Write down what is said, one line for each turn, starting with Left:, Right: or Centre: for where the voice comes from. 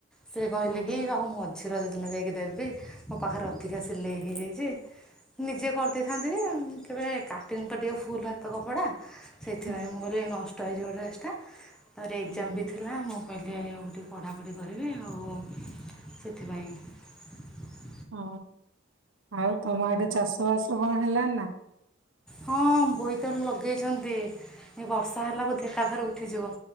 Centre: ସେ କହିଲେ
Right: ହଁ
Centre: କି ଆଉ ମ କ୍ଷୀର ଦ ଦିନ ଯାଇକି ଦେବି ମୋ ପାଖରେ ଅଧିକା ସିଲେଇ ହେଇଯାଇଛି। ନିଜେ କରିଦେଇଥାନ୍ତି ଯେ କେବେ କାଟିନି ତ ଟିକେ ଫୁଲ୍ ହାତ କପଡ଼ା। ସେଥିପାଇଁ
Right: ହୁଁ
Centre: ମୁଁ କହିଲି ନଷ୍ଟ ହେଇଯିବ ଡ୍ରେସ ଟା। ତାପରେ
Right: ହୁଁ
Centre: ଏକ୍ସାମ ବି ଥିଲା ମୁଁ ମୁଁ କହିଲି ଆକୁ ଟିକଏ ପଢ଼ାପଢ଼ି କରିବି ଆଉ ସେଥିପାଇଁ
Right: ଓ ଆଉ ତମ ଆଡ଼େ ଚାଷ ବାସ କଣ ହେଲାଣି ନା?
Centre: ହଁ ବୋଇତଆଳୁ ଲଗ ଲଗେଇଛନ୍ତି ବର୍ଷା ହେଲା ବ ଏକା ଥର ଉଠିଯିବ